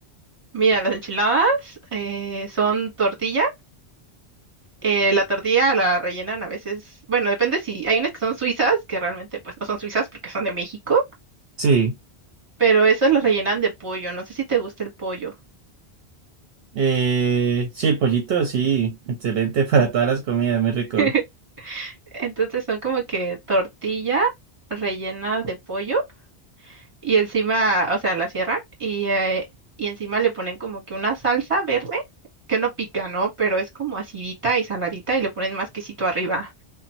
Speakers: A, on the right; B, on the right.
A: Mira, las enchiladas eh, son tortilla. Eh, la tortilla la rellenan a veces, bueno, depende si hay unas que son suizas, que realmente pues no son suizas porque son de México,
B: Sí.
A: pero esas las rellenan de pollo. No sé si te gusta el pollo.
B: Eh, sí, el pollito, sí, excelente <laughs> para todas las comidas, muy rico.
A: <laughs> Entonces son como que tortilla rellena de pollo y encima, o sea, la cierran y, eh, y encima le ponen como que una salsa verde que no pica, ¿no? Pero es como acidita y saladita y le ponen más quesito arriba.